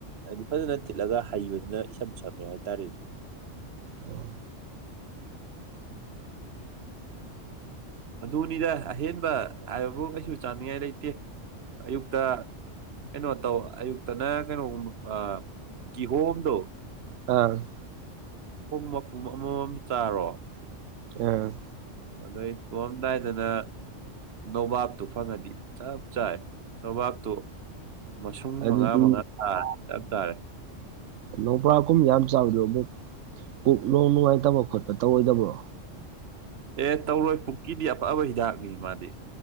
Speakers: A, on the right; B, on the right.
A: ꯍꯥꯏꯗꯤ ꯐꯖꯅ ꯊꯤꯠꯂꯒ ꯍꯩꯕꯗꯨꯅ ꯏꯁꯝ ꯁꯝꯃꯦ ꯍꯥꯏꯇꯥꯔꯦꯅꯦ꯫
B: ꯑꯣ꯫
A: ꯑꯗꯨꯅꯤꯗ ꯑꯍꯦꯟꯕ ꯍꯥꯏꯕꯕꯨ ꯀꯩꯁꯨ ꯆꯥꯅꯤꯡꯉꯥꯏ ꯂꯩꯇꯦ ꯑꯌꯨꯛꯇ ꯀꯩꯅꯣ ꯇꯧ ꯑꯌꯨꯛꯇꯅ ꯀꯩꯅꯣꯒꯨꯝ ꯑ ꯀꯤꯍꯣꯝꯗꯣ
B: ꯑ
A: ꯃꯄꯨꯝ ꯑꯃꯃꯝ ꯆꯥꯔꯣ
B: ꯑ
A: ꯑꯗꯩ ꯇꯣꯑꯝꯗꯥꯏꯗꯅ ꯅꯣꯕꯥꯥꯛꯇꯨ ꯐꯪꯉꯗꯤ ꯆꯞ ꯆꯥꯏ ꯅꯣꯕꯥꯥꯞꯇꯨ ꯃꯁꯨꯡ
B: ꯑꯗꯨꯗꯤ
A: ꯃꯉꯥ ꯃꯉꯥ <unintelligible> ꯆꯞꯆꯥꯔꯦ꯫
B: ꯅꯣꯕꯥꯝ ꯀꯨꯝ ꯌꯥꯝ ꯆꯥꯕꯗꯣ ꯑꯃꯨꯛ ꯄꯨꯛ ꯅꯣꯡ ꯅꯨꯡꯉꯥꯏꯇꯕ ꯈꯣꯠꯄ ꯇꯧꯔꯣꯏꯗꯕ꯭ꯔꯣ꯫
A: ꯑꯦ ꯇꯧꯔꯣꯏ ꯄꯨꯛꯀꯤꯗꯤ ꯑꯐꯕ ꯍꯤꯗꯥꯛꯅꯤ ꯃꯥꯗꯤ